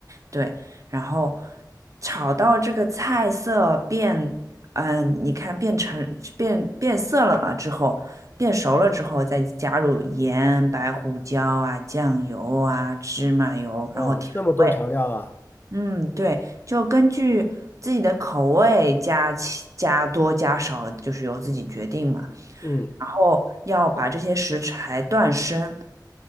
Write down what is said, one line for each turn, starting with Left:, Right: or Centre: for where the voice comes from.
Right: 对，然后炒到这个菜色变，嗯，你看变成变变色了嘛之后，变熟了之后，再加入盐、白胡椒啊、酱油啊、芝麻油，
Left: 哦，
Right: 然后调味。
Left: 这么多调料啊。
Right: 嗯，对，就根据自己的口味加其加多加少，就是由自己决定嘛。
Left: 嗯，
Right: 然后要把这些食材断生。